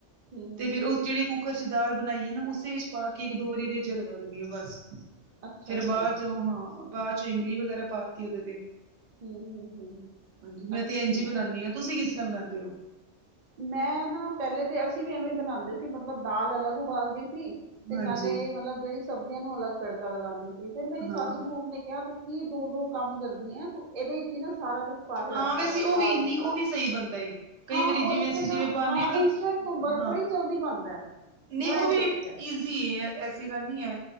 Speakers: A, on the right; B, on the right.
A: ਹੂੰ
B: ਤੇ ਫੇਿਰ ਉਸ ਜਿਹੜੀ ਕੁ ਕੁੱਕਰ 'ਚ ਦਾਲ ਬਣਾਈਏ ਨਾ, ਉਸੇ ਵਿੱਚ ਪਾ ਕੇ ਇੱਕ ਦੋ ਵਾਰੀ ਰੇਜੇ ਦਵਾ ਦਿੰਣੀ ਆਂ, ਬਸ।
A: ਅੱਛਾ
B: ਫੇਿਰ
A: ਅੱਛਾ
B: ਬਾਅਦ 'ਚ ਉਹ ਹਾਂ, ਬਾਅਦ 'ਚੋਂ ਇਮਲੀ ਵਗੈਰਾ ਪਾ ਕੇ ਉਹਦੇ ਤੇ
A: ਹਮ-ਹਮ, ਹਮ
B: ਹਾਂਜੀ ਮੈਂ
A: ਅੱਛਾ।
B: ਤੇ ਇੰਝ ਹੀ ਬਣਾਨੀ ਆ ਤੁਸੀਂ ਕਿਸ ਤਰ੍ਹਾਂ ਬਨਾਉਂਦੇ ਹੋ?
A: ਮੈਂ ਨਾ ਪਹਿਲੇ ਤੇ ਅਸੀਂ ਵੀ ਐਵੇਂ ਬਣਾਉਂਦੇ ਸੀ, ਮਤਲਬ ਦਾਲ ਅਲੱਗ ਉਬਾਲਦੀ ਸੀ। ਤੇ
B: ਹਾਂਜੀ
A: ਨਾਲੇ ਮਤਲਬ, ਜਿਹੜੀ ਸਬਜ਼ੀਆਂ ਨੂੰ ਅਲੱਗ ਤੜਕਾ ਲਗਾਉਂਦੀ ਸੀ, ਫਿਰ ਮੇਰੀ ਸਾਸੂ
B: ਹਾਂ
A: ਮੋਮ ਨੇ ਕਿਹਾ ਤੂੰ ਕੀ ਦੋ ਦੋ ਕੰਮ ਕਰਦੀ ਆ, ਇਹਦੇ ਵਿੱਚ ਹੀ ਨਾ ਸਾਰਾ ਕੁਛ ਪਾ ਕੇ
B: ਹਾਂ
A: ਰੱਖਦਾ
B: ਵੈਸੇ
A: ਗਾ,
B: ਉਹ
A: ਦਾਲ
B: ਵੀ ਨਹੀਂ
A: ਦੇ
B: ਉਹ
A: ਨਾਲ।
B: ਵੀ ਸਹੀ ਬਣਦਾ ਏ। ਕਈ
A: ਹਾਂ
B: ਵਾਰੀ
A: ਉਹ
B: ਜਿਵੇਂ
A: ਇੱਕ
B: ਅਸੀਂ ਜਿਵੇਂ
A: ਨਾ,
B: ਪਾਨੇ
A: ਹਾਂ
B: ਆ ਨਾ
A: ਇੰਸਟੈਂਟ ਤੋਂ
B: ਹਾਂ
A: ਬੜੀ ਜਲਦੀ ਬਣਦਾ।
B: ਨਹੀਂ
A: ਮੈਂ
B: ਉਹ
A: ਇਹ
B: ਵੀ
A: ਦੇਖਿਆ
B: ਈਜ਼ੀ ਏ, ਐਸੀ ਗੱਲ ਨਹੀਂ ਹੈ,